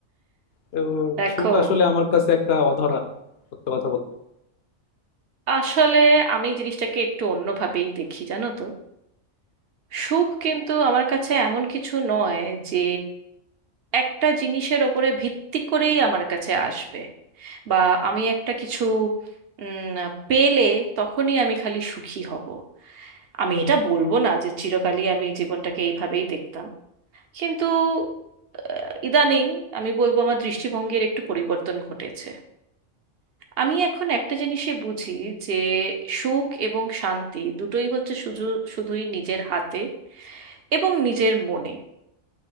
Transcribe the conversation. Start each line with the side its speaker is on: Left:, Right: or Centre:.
Left: তো
Right: দেখো
Left: সুখ আসলে আমার কাছে একটা অধরা সত্য কথা বলতে
Right: আসলে আমি জিনিসটাকে একটু অন্যভাবেই দেখি জানো তো সুখ কিন্তু আমার কাছে এমন কিছু নয় যে একটা জিনিসের ওপরে ভিত্তি করেই আমার কাছে আসবে বা আমি একটা কিছু উম, পেলে তখনই আমি খালি সুখী হব আমি এটা বলবো না যে চিরকালই আমি জীবনটাকে এইভাবেই দেখতাম কিন্তু আহ, ইদানিং আমি বলবো আমার দৃষ্টিভঙ্গির একটু পরিবর্তন ঘটেছে আমি এখন একটা জিনিসই বুঝি যে সুখ এবং শান্তি দুটোই হচ্ছে শুধু শুধুই নিজের হাতে এবং নিজের মনে